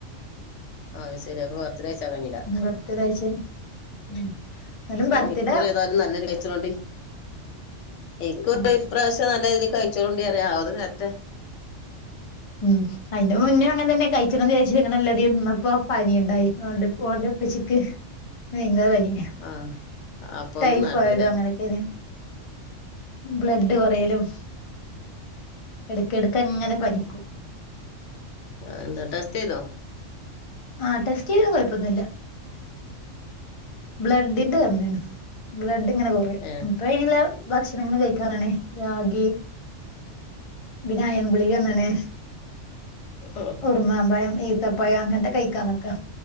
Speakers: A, on the left (about 70°); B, on the left (about 50°).
A: ആഹ് ശരി അപ്പൊ വർത്ത്ഡേയ്ചാകഞ്ഞില്ല
B: ബർത്ത്ഡേ കഴിച്ച് എന്നാലും ബർത്ത്ഡേ
A: ഞ്ഞിക്കുറി ഏതായാലും നല്ലനി കയ്ച്ചണ്ടി ഇക്കുറി
B: ഉം
A: ഇപ്രാവശ്യം നല്ല രീതിയിൽ കയ് ചോണ്ടറിയ അവറ് വറ്റ
B: ഉം അയിന്റെ മുന്നേ അങ്ങനെ തന്നെ കഴിച്ചണംന്ന് വിചാച് അങ്ങനെല്ലതീന്നപ്പോ പനിണ്ടായി ളള പ്പച്ചിക്ക് വയ്ങ്കര പനി
A: ആഹ് അപ്പൊ
B: ടൈഫോയിഡ്
A: അത് നടന്നില്ല
B: അങ്ങനെക്കെന് ബ്ലഡ് കൊറയലും എടുക്കടുക്കങ്ങനെ പനിക്കും
A: ആഹ് എന്താ ടെസ്റ്റ്യ്തോ
B: ആഹ് ടെസ്റ്റ് ചെയ്ത് കുഴപ്പൊന്നുല്ല ബ്ലഡിന്റെ കമ്മിയാണ് ബ്ലഡ് ഇങ്ങനെ കുറിം
A: ഏഹ്
B: നിട്ട് അയ്നുള്ള ഭക്ഷണങ്ങൾ കഴിക്കാനാണ് രാഗി പിന്നാ അയൺ ഗുളിക എന്ന്ണ്
A: ആഹ്
B: ഉർമാൻ പയം ഇത്തപയം അങ്ങനത്തെ കഴിക്കാനൊക്കെ